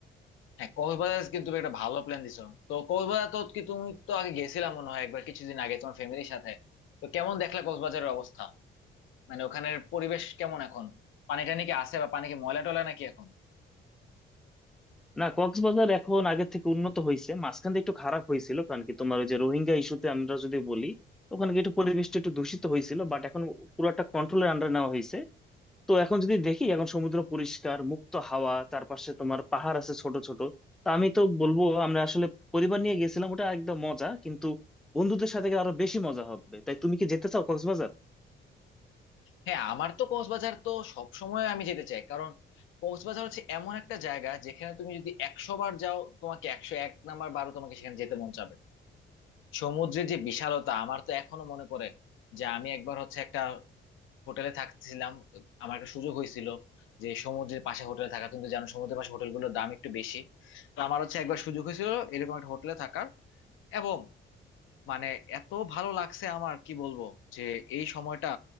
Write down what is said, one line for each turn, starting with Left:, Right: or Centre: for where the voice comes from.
Left: হ্যাঁ কক্সবাজার কিন্তু তুমি একটা ভালো প্ল্যান দিছো তো কক্সবাজার তো কি তুমি তো আগে গেছিলাম মনে হয় একবার কিছুদিন আগে তোমার ফ্যামিলির সাথে তো কেমন দেখলা কক্সবাজারের অবস্থা মানে ওখানের পরিবেশ কেমন এখন পানি টানি কি আছে বা পানি কি ময়লা টলা নাকি এখন
Centre: না কক্সবাজার এখন আগের থেকে উন্নত হয়েছে মাঝখানে একটু খারাপ হয়েছিল কারণ কি তোমার ওই যে রোহিঙ্গা ইস্যুতে আমরা যদি বলি ওখানে কি একটু পরিবেশটা একটু দূষিত হয়েছিল বাট এখন পুরোটা কন্ট্রোলের আন্ডার নেওয়া হয়েছে তো এখন যদি দেখি এখন সমুদ্র পরিষ্কার মুক্ত হাওয়া চারপাশে তোমার পাহাড় আছে ছোট ছোট তা আমি তো বলবো আমরা আসলে পরিবার নিয়ে গেছিলাম ওটা একদম মজা কিন্তু বন্ধুদের সাথে গেলে আরো বেশি মজা হবে তাই তুমি কি যেতে চাও কক্সবাজার
Left: হ্যাঁ আমার তো কক্সবাজার তো সব সময় আমি যেতে চাই কারণ কক্সবাজার হচ্ছে এমন একটা জায়গা যেখানে তুমি যদি একশো বার যাও তোমাকে একশো এক নাম্বার বারও তোমাকে সেখানে যেতে মন চাবে সমুদ্রের যে বিশালতা আমার তো এখনো মনে পড়ে যে আমি একবার হচ্ছে একটা হোটেলে থাকতেছিলাম আমার একটা সুযোগ হয়েছিল যে সমুদ্রের পাশে হোটেলে থাকা তুমি তো জানো সমুদ্রের পাশে হোটেলগুলোর দাম একটু বেশি তো আমার হচ্ছে একবার সুযোগ হয়েছিল এরকম একটা হোটেলে থাকার এবং মানে এত ভালো লাগছে আমার কি বলবো যে এই সময়টা